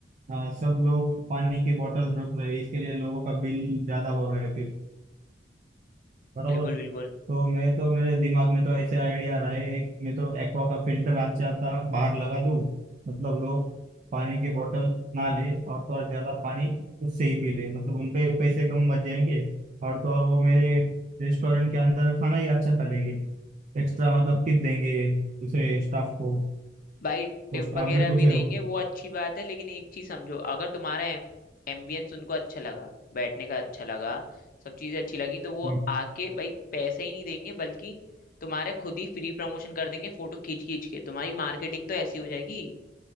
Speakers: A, on the right; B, on the left.
A: हाँ सब लोग पानी की बोतल रख रहे हैं इसके लिए लोगों का बिल ज्यादा हो रहा है बरोबर
B: बिल्कुल बिल्कुल
A: तो मैं तो मेरे दिमाग में तो ऐसे आइडिया रहा है एक मैं तो एक्वा का फिल्टर अच्छा सा बाहर लगा दूं मतलब लोग पानी के बोतल ना ले और थोड़ा ज्यादा पानी उससे ही पी ले मतलब उनके पैसे कम बच जाएंगे और तो और वो मेरे रेस्टोरेंट के अंदर खाना ही अच्छा खा लेंगे एक्स्ट्रा मतलब टिप देंगे दूसरे स्टाफ को
B: भाई टिप
A: तो स्टाफ
B: वगैरह
A: भी खुश
B: भी
A: है
B: देंगे
A: वो
B: वो अच्छी बात है लेकिन एक चीज समझो अगर तुम्हारा एम, एम्बियंस उनको अच्छा लगा बैठने का अच्छा लगा सब चीजें अच्छी लगी तो वो
A: हम्म।
B: आके भाई पैसा ही नहीं देंगे बल्कि तुम्हारे खुद ही फ्री प्रमोशन कर देंगे फोटो खींच खींच के तुम्हारी मार्केटिंग तो ऐसी हो जाएगी